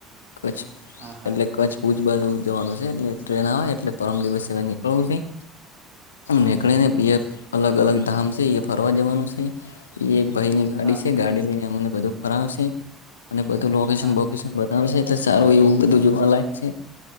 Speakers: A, on the left; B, on the right.
A: કચ્છ
B: હા હા
A: એટલે કચ્છ ભૂજ બાજુ જવાનું છે એટલે ટ્રેન આવે એટલે પરમ દિવસવા નીકળવું નઈ.
B: હા
A: નીકળી ને અલગ અલગ ધામ છે એ ફરવા જવાનું છે એ ભાઈ ની ગાડી
B: હા
A: છે ગાડી લઈને અમને બધું ફરવશે અને બધું લોકેશન
B: હા
A: બોકેશન બતાવશે સારું એવું બધું જોવા લયક છે